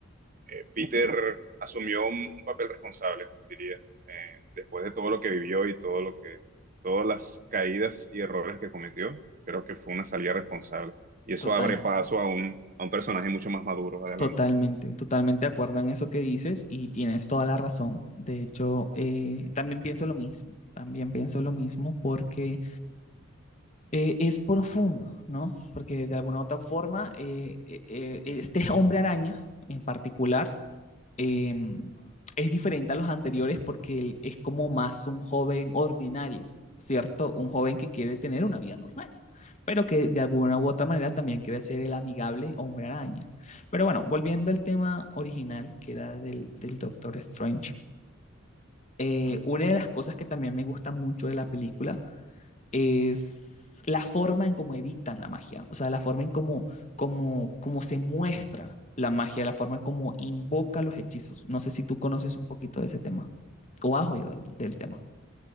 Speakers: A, on the right; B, on the left.
A: eh, Peter asumió un, un papel responsable, diría, eh, después de todo lo que vivió y todo lo que, todas las caídas y errores que cometió, creo que fue una salida responsable. Y
B: Total.
A: eso abre paso a un, a un personaje mucho más maduro adelante.
B: Totalmente, totalmente de acuerdo en eso que dices y tienes toda la razón. De hecho, eh, también pienso lo mismo, también pienso lo mismo porque eh, es profundo, ¿no? Porque de alguna u otra forma, eh, eh, eh, este hombre araña en particular, eh, es diferente a los anteriores porque él es como más un joven ordinario, ¿cierto? Un joven que quiere tener una vida normal, pero que de alguna u otra manera también quiere ser el amigable hombre araña. Pero bueno, volviendo al tema original, que era del, del Doctor Strange, eh, una de las cosas que también me gusta mucho de la película es la forma en cómo editan la magia, o sea, la forma en cómo, cómo, cómo se muestra la magia, la forma en cómo invoca los hechizos. No sé si tú conoces un poquito de ese tema o has oído del tema.